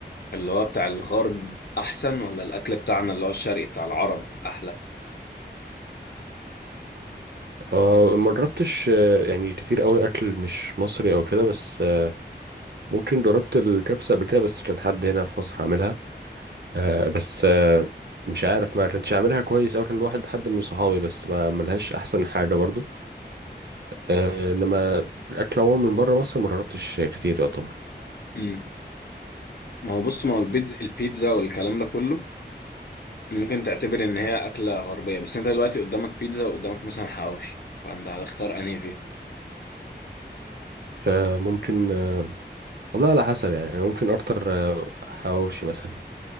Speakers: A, on the left; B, on the right.
A: اللي هو بتاع الغرب احسن ولا الاكل بتاعنا اللي هو الشرقي بتاع العرب احلى
B: آه ما جربتش آه، يعني كتير قوي أكل مش مصري أو كده بس آه ممكن جربت الكبسة قبل كده بس كان حد هنا في مصر عاملها آه بس آه مش عارف ما كانش عاملها كويس أو كان واحد حد من صحابي بس ما عملهاش أحسن حاجة برضو آه إنما الأكل عموما من بره مصر ما جربتش كتير يعتبر
A: امم ما هو بص ما هو البيد- البيتزا والكلام ده كله ممكن تعتبر ان هي اكله غربيه بس انت دلوقتي قدامك بيتزا وقدامك مثلا حواوشي فانت هتختار انهي فيه
B: آه ممكن آه والله على حسب يعني ممكن أكتر آه، حواوشي مثلا